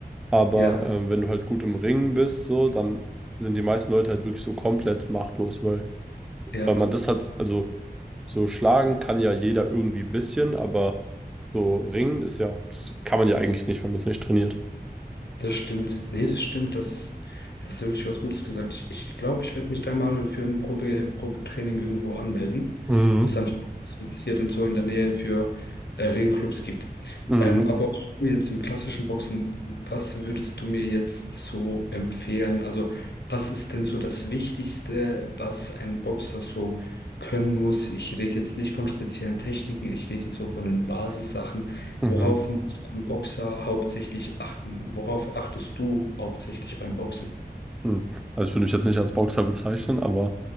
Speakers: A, in the centre; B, on the left (about 85°).
A: Aber
B: Ja,
A: ähm, wenn du halt gut im Ringen bist, so, dann sind die meisten Leute halt wirklich so komplett machtlos, weil,
B: ja.
A: weil man das hat, also so schlagen kann ja jeder irgendwie ein bisschen, aber so ringen ist ja, das kann man ja eigentlich nicht, wenn man es nicht trainiert.
B: Das stimmt. Nee, das stimmt. Das, das ist wirklich was Gutes gesagt. Ich glaube, ich, glaub, ich werde mich da mal für ein Probe, Probetraining irgendwo anmelden.
A: Mhm.
B: Muss dann schauen, was es hier denn so in der Nähe für äh, Ringclubs gibt.
A: Mhm.
B: Ähm, aber auch jetzt im klassischen Boxen, was würdest du mir jetzt so empfehlen? Also, was ist denn so das Wichtigste, was ein Boxer so können muss? Ich rede jetzt nicht von speziellen Techniken, ich rede jetzt so von den Basissachen.
A: Mhm.
B: Worauf beim Boxer hauptsächlich achten? Worauf achtest du hauptsächlich beim Boxen?
A: Hm. Also ich würde mich jetzt nicht als Boxer bezeichnen, aber